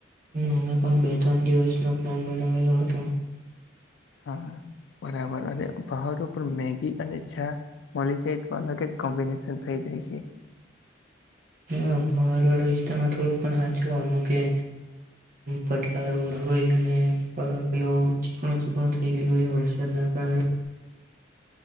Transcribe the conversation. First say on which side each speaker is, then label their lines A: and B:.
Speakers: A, on the right (about 45°); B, on the left (about 70°).
A: અમે પણ બે ત્રણ દિવસનો પ્લાન બનાવેલો હતો
B: હા બરાબર અને પહાડ ઉપર મેગી અને ચા મળી જાય તો અલગ જ કોમ્બિનેશન થઈ જાય છે
A: હા પહાડ વાળા વિસ્તારમાં થોડુંક પણ હાચવાનુ કે પટલા રોડ હોય અને પેલો ચીકણું ચીકણું થઈ ગયેલું હોય વરસાદના કારણે